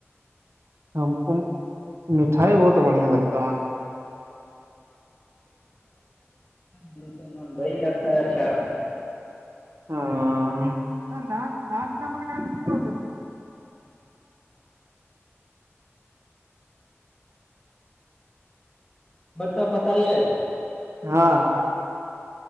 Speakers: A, on the right (about 65°); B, on the left (about 15°).
A: ہم کو مٹھائی بہت بڑھیا لگتا ہے
B: مٹھ لگتا ہے لگتا ہے اچھا
A: ہاں اں دہم رو
B: سب بتائیے
A: ہاں